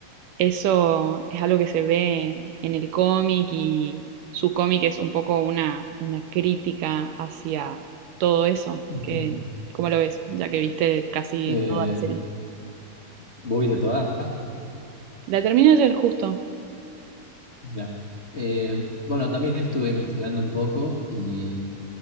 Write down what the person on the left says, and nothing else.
Ujú.
Eh,
¿vos viste toda? Ah,
mira. Eh, bueno, también estuve investigando un poco y